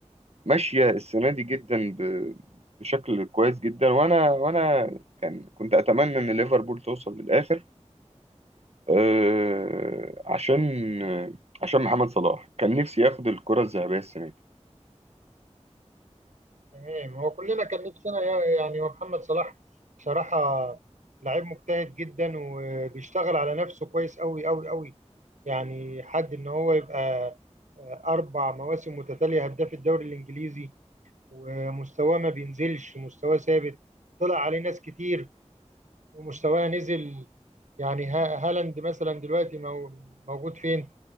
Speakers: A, on the right; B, on the right.
A: ماشية السنة دي جدا ب- بشكل كويس جدا وانا وانا كان كنت اتمنى ان ليفربول توصل للاخر آه، عشان عشان محمد صلاح كان نفسي ياخد الكرة الذهبية السنة دي
B: تمام هو كلنا كان نفسنا يا- يعني هو محمد صلاح بصراحه لعيب مجتهد جدا وبيشتغل على نفسه كويس قوي قوي قوي يعني حد ان هو يبقى آه، اربع مواسم متتاليه هداف الدوري الانجليزي ومستواه ما بينزلش مستواه ثابت طلع عليه ناس كتير ومستواه نزل يعني ها- هالاند مثلا دلوقتي مو- موجود فين؟